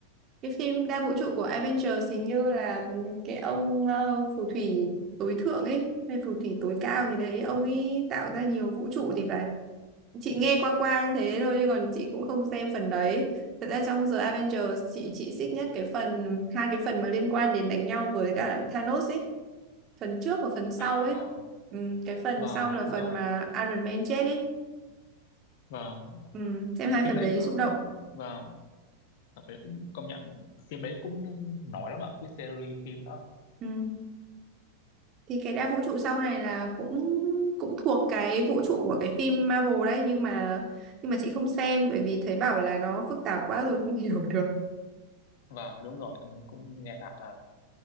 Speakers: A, on the right (about 30°); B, on the left (about 50°).
A: cái phim đa vũ trụ của Avengers hình như là ừm, cái ông ờ, phù thủy tối thượng ấy hay phù thủy tối cao gì đấy ông ấy tạo ra nhiều vũ trụ thì phải chị nghe qua qua như thế thôi chứ còn chị cũng không xem phần đấy thật ra trong The Avengers chị chị xích nhất cái phần hai cái phần mà liên quan đến đánh nhau với cả Thanos ấy phần trước và phần sau
B: À,
A: ấy
B: vâng
A: ừ, cái phần
B: vâng
A: sau là
B: đúng
A: phần
B: rồi
A: mà
B: ạ.
A: Iron Man chết ấy
B: vâng
A: ừ, xem hai
B: phim
A: phần
B: đấy
A: đấy
B: ờ,
A: xúc động
B: vâng tập đấy cũng công nhận phim đấy cũng nổi lắm ạ cái series phim đó
A: ừ. thì cái đa vũ trụ sau này là cũng cũng thuộc cái vũ trụ của cái phim Marvel đấy nhưng mà nhưng mà chị không xem bởi vì thấy bảo là nó phức tạp quá rồi không <laughs> hiểu được
B: và đúng rồi em cũng nghe bảo là